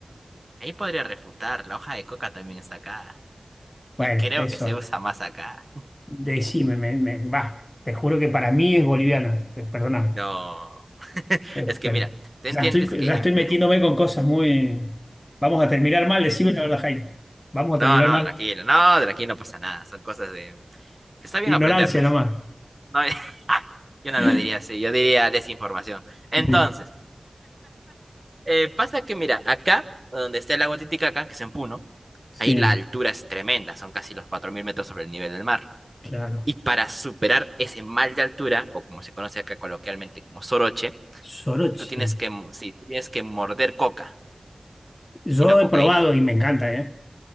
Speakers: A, on the right; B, on the left.
A: Ahí podría refutar, la hoja de coca también está acá.
B: Bueno,
A: Y creo
B: eso.
A: que se usa más acá.
B: Decime, me, me- va, te juro que para mí es boliviana, eh, perdóname.
A: No. <laughs>
B: Eh,
A: Es que
B: per-
A: mira, ¿te
B: ya
A: entiendes
B: estoy,
A: que
B: ya estoy
A: en Perú?
B: metiéndome con cosas muy... Vamos a terminar mal, decime la verdad, Jaime. Vamos
A: No,
B: a terminar
A: no,
B: mal.
A: tranquilo, no, tranquilo, no pasa nada. Son cosas de... que está bien
B: Ignorancia
A: aprenderlas.
B: nomás.
A: No, <laughs> yo no
B: <laughs>
A: lo diría así, yo diría desinformación. Entonces...
B: De-
A: Eh, pasa que, mira, acá, donde está el lago Titicaca, que es en Puno,
B: Sí,
A: ahí la altura es tremenda, son casi los 4.000 metros sobre el nivel del mar.
B: claro.
A: Y para superar ese mal de altura, o como se conoce acá coloquialmente como soroche,
B: Soroche.
A: tú tienes que, m- sí, tú tienes que morder coca,
B: Yo
A: y no cocaína,
B: he probado
A: man.
B: y me encanta, ¿eh?